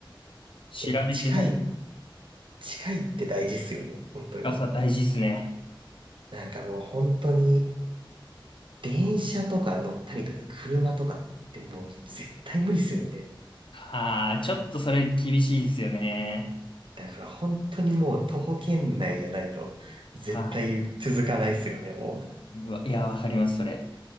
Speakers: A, on the left (about 70°); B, on the right (about 70°).
A: 知られてない
B: でも近い近いって大事っすよね、本当に。
A: がさ大事っすね。
B: なんかもう本当に、電車とか乗ったりとか車とかってもう絶対無理っすよね。
A: ああ、ちょっとそれ厳しいですよね。
B: だから本当にもう徒歩圏内じゃないと絶対続かないっすよね、
A: は
B: もう。
A: い。うわいや、わかります、それ。